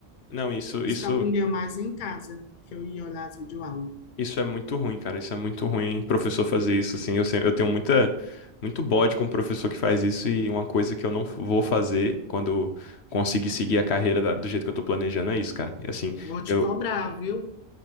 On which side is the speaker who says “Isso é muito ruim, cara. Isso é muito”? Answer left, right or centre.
Left